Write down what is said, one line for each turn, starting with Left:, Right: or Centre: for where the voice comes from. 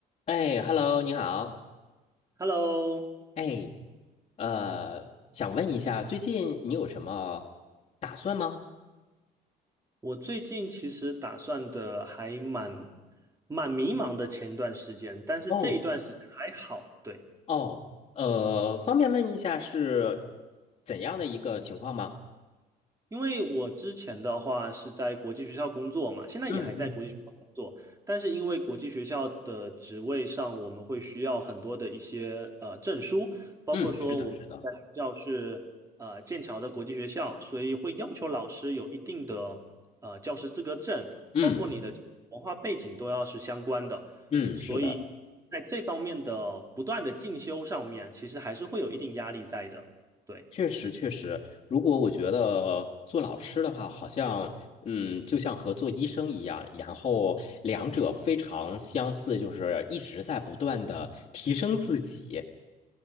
Left: 哎，Hello，你好。
Right: Hello，
Left: 哎，呃，想问一下，最近你有什么打算吗？
Right: 我最近其实打算的还蛮蛮迷茫的前段时间，但是这一段时间还好，
Left: 哦
Right: 对。
Left: 哦，呃，方便问一下是怎样的一个情况吗？
Right: 因为我之前的话是在国际学校工作嘛，现在也还在国际学校工作，
Left: 嗯嗯
Right: 但是因为国际学校的职位上，我们会需要很多的一些呃证书，包括说我们在学校是呃剑桥的国际学校，
Left: 嗯，是的，是的，
Right: 所以会要求老师有一定的呃教师资格证，
Left: 嗯
Right: 包括你的文化背景都要是相关的，
Left: 嗯，
Right: 所以在这方面的不断的进修上面，
Left: 是的，
Right: 其实还是会有一定压力在的，对。
Left: 确实确实。如果我觉得做老师的话，好像嗯，就像和做医生一样，然后两者非常相似，就是一直在不断的提升自己。